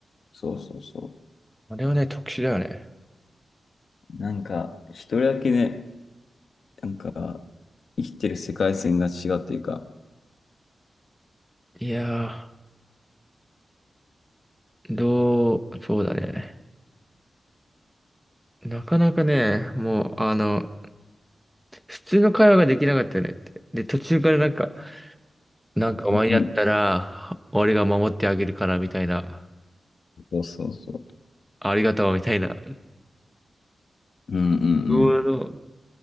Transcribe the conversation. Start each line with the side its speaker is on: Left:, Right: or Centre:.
Left: そうそうそうそ
Centre: あれはね、特殊だよね。
Left: う。なんか、一人だけね、なんか、生きてる世界線が違うっていうか、
Centre: いやー、どう、そうだね。なかなかね、もう、あの、普通の会話ができなかったよねって。で、途中からなんか、なんかお前やったら、
Left: うん
Centre: 俺が守ってあげるから、みたいな。
Left: そうそうそ
Centre: ありがとう、みたいな。
Left: う。うんうんう
Centre: もうあの
Left: ん。